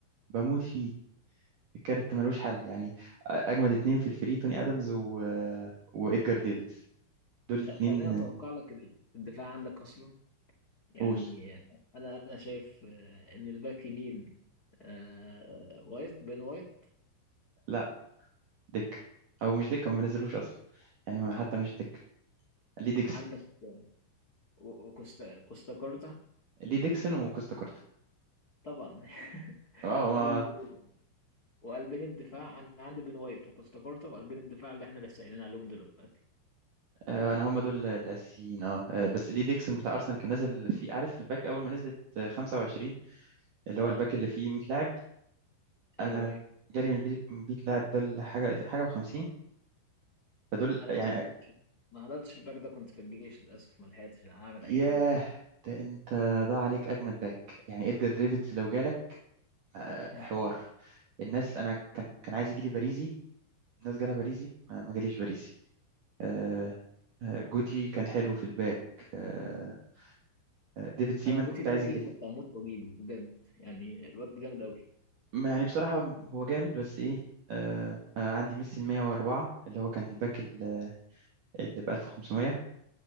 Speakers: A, on the right; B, on the left.
A: بموت فيه الكارت ملوش حل يعني اجمد اتنين في الفري توني ادمز و... وادجار ديفيدز دول الاثنين
B: لا، خليني اتوقع لك ال- الدفاع عندك اصلا يعني
A: قول
B: آه، انا انا شايف آه، ان الباك يمين آه، وايت بين وايت
A: لا دكه او مش دكه ما بنزلوش اصلا يعني ما- حتى مش دكه لي ديكسون
B: عندك و- وكوستا كوستاكورتا
A: لي ديكسون وكوستا كورتا
B: طبعا <laughs>
A: اه
B: وال... وقلبين الدفاع انا عندي بين وايت وكوستاكورتا وقلبين الدفاع اللي احنا لسه قايلين عليهم دلوقتي
A: آه، انا هم دول الاساسيين اه آه، بس ليه ديكسون بتاع ارسنال كان نازل فيه عارف الباك اول ما نزلت آه، 25 اللي
B: اه
A: هو الباك اللي فيه 100 لاعب انا
B: ايوه ايوه
A: جالي من البيت من 100 لاعب ده لحاجه حاجه و50 فدول
B: انا
A: يعني
B: ما حضرتش ما حضرتش الباك ده كنت في الجيش للاسف ما لحقتش اعمل
A: ياه
B: اي حاجه فيه
A: ده انت ضاع عليك اجمد باك يعني ادجار ديفيدز لو جالك آه،
B: <laughs>
A: حوار الناس انا كان كان عايز يجي لي باريزي الناس جالها باريزي ما ما جاليش باريزي آه، آه، جوتي كان حلو في الباك آه، آه، ديفيد سيمان
B: انا جوتي
A: كنت
B: ده
A: عايز يجي
B: اللي كنت هموت واجيبه بجد يعني الواد جامد قوي
A: م- يعني بصراحة هو جامد بس إيه آه أنا عندي ميسي ال 104 اللي هو كان الباك ال- اللي ب 1500